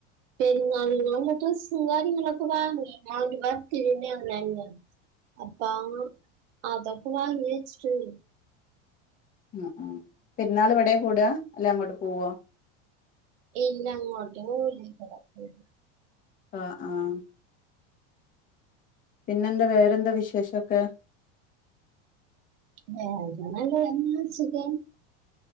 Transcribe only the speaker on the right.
പെരുന്നാളിന് ഉള്ള ഡ്രെസ്സ് കാര്യങ്ങളൊക്കെ വാങ്ങി അവന്റെ ബര്ത്ഡേ ന്റെ അന്നായിരുന് അപ്പ അതൊക്കെ വാങ്ങി വച്ചിട്ട് ഉണ്ട്
ഏയ്‌ ഇല്ല അങ്ങോട്ട് പോകില്ല ഇവിടെ തന്നെ
വേറെന്താ നല്ലതന്നെ സുഖം